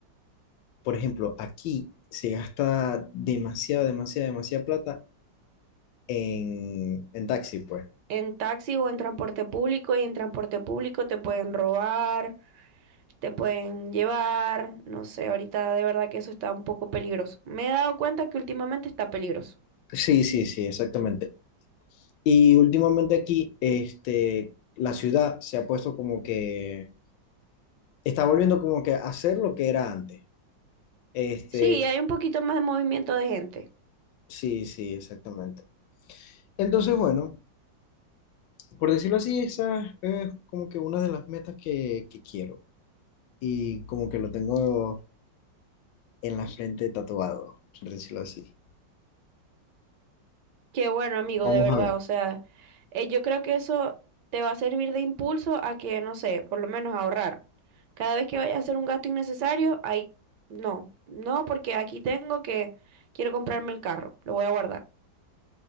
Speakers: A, on the left; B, on the right.
A: por ejemplo, aquí se gasta demasiada, demasiada, demasiada plata en, en taxi, pues.
B: En taxi o en transporte público, y en transporte público te pueden robar, te pueden llevar, no sé, ahorita de verdad que eso está un poco peligroso. Me he dado cuenta que últimamente está peligroso.
A: Sí, sí, sí, exactamente. Y últimamente aquí, este, la ciudad se ha puesto como que, está volviendo como que a hacer lo que era antes. Este,
B: Sí, hay un poquito más de movimiento de gente.
A: sí, sí, exactamente. Entonces, bueno, por decirlo así, esa es como que una de las metas que, que quiero. Y como que lo tengo en la frente tatuado, por decirlo así.
B: Qué bueno, amigo,
A: Vamos
B: de verdad.
A: a ver.
B: O sea, eh, yo creo que eso te va a servir de impulso a que, no sé, por lo menos ahorrar. Cada vez que vayas a hacer un gasto innecesario, ahí no, no, porque aquí tengo que quiero comprarme el carro, lo voy a guardar.